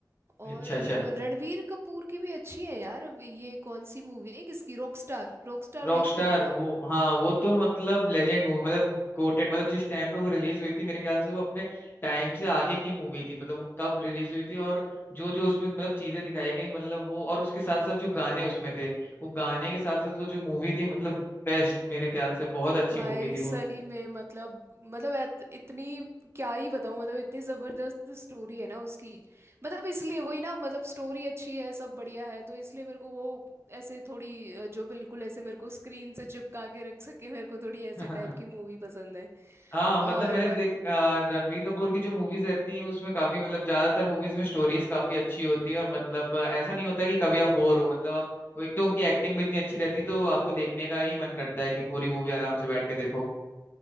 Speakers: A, on the right; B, on the left.
A: और
B: अच्छा अच्छा
A: रणवीर कपूर की भी अच्छी है यार अब ये कौन सी मूवी है किसकी रॉकस्टार रॉकस्टार
B: रॉकस्टार
A: देखी होगी ना
B: वो हाँ वो तो मतलब लेजेंड मूवी मतलब गोटेड मतलब जिस टाइम पे वो रिलीज हुई थी मेरे ख्याल से वो अपने टाइम से आगे की मूवी थी मतलब वो कब रिलीज हुई थी और जो जो उसमें मतलब चीजें दिखाई गई मतलब वो और उसके साथ साथ जो गाने उसमें थे वो गाने के साथ साथ वो जो मूवी थी मतलब बेस्ट मेरे ख्याल से बहुत अच्छी
A: भाई
B: मूवी थी
A: सही
B: वो
A: में मतलब मतलब ऐत- इतनी क्या ही बताऊं मतलब इतनी जबरदस्त स्टोरी है ना उसकी मतलब इसलिए वही ना मतलब स्टोरी अच्छी है सब बढ़िया है तो इसलिए मेरे को वो ऐसे थोड़ी अ, जो बिल्कुल ऐसे मेरे को स्क्रीन से चिपका के रख सके मेरे को थोड़ी ऐसे
B: <laughs>
A: टाइप की मूवी पसंद है
B: हाँ
A: और
B: मतलब मैंने
A: अ,
B: देख आ, रणवीर कपूर की जो मूवीज रहती हैं उसमें काफी मतलब ज्यादातर मूवीज में स्टोरीज काफी अच्छी होती है और मतलब आ, ऐसा नहीं होता कि कभी आप बोर हो मतलब आप वो एक तो उनकी एक्टिंग भी इतनी अच्छी रहती है तो आपको देखने का ही मन करता है कि पूरी मूवी आराम से बैठ के देखो